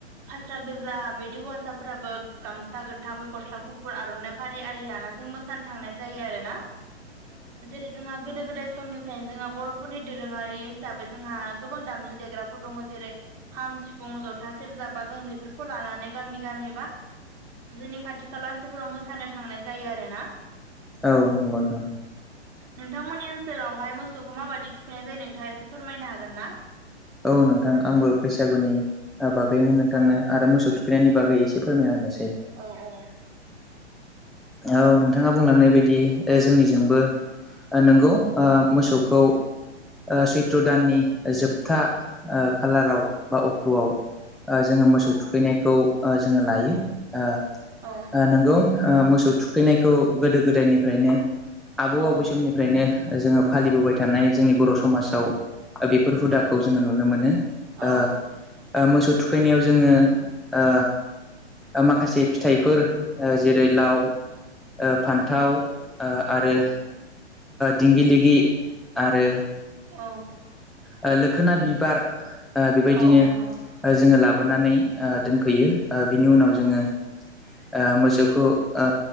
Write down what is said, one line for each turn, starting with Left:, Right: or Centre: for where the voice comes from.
Right: फास्रा गोजा बिदि हौवासाफोराबो गामसा गोथां बे गस्ला गुफुर आरनाइ फारि आरि लाना जों मोसानो थांनाय जायो आरोना जेरै जोंहा गोदो गोदाय समनिफ्रायनो जोंहा बरफोरनि दोरोङारि हिसाबै जोंहा गोबां दामजु देग्राफोर दङ जेरै खाम सिफुं जथा सेरजा बा जों बेफोरखौ लानानै गामि गामि बा जोंनि खाथि खाला ओनसोलफोराव मोसानो थांनाय जायो आरो ना
Centre: औ नंगौ नोंथां
Right: नोंथांमोननि ओनसोलावहाय मोसौखौ माबायदि थुखैनाय जायो नोंथाङा एसे फोरमायनो हागोन ना
Centre: औ नोंथां आंबो बैसागुनि ओ बागैनो नोंथांनो
Right: औ
Centre: आरो मोसौ थुखैनायनि बागै एसे फोरमायना होनोसै
Right: औ औ
Centre: औ नोंथाङा बुंलांनाय बायदि ओ जोंनिजोंबो ओ नोंगौ
Right: औ
Centre: ओ मोसौखौ ओ सैथ्र दाननि जोबथा ओ खालाराव बा अक्टआव ओ जोङो
Right: औ
Centre: मोसौ थुखैनायखौ ओ जोङो लायो ओ
Right: औ
Centre: नोंगौ ओ मोसौ थुखैनायखौ गोदो गोदायनिफ्रायनो आबौ
Right: औ
Centre: आबै समनिफ्रायनो जोङो फालिबोबाय थानाय जोंनि बर समाजाव बेफोर हुदाखौ जोङो नु मोनो
Right: औ
Centre: ओ ओ मोसौ थुखैनायाव जोङो ओ ओ माखासे फिथाइफोर ओ जेरै लाव ओ फान्थाव ओ आरो
Right: औ
Centre: दिंगि लिगि आरो
Right: औ
Centre: ओ लोखोना बिबार ओ बेबायदिनो
Right: औ नंगौ
Centre: ओ
Right: औ
Centre: जोङो लाबोनानै ओ दोनफैयो ओ बिनि उनाव जोङो
Right: औ
Centre: ओ मोसौखौ ओ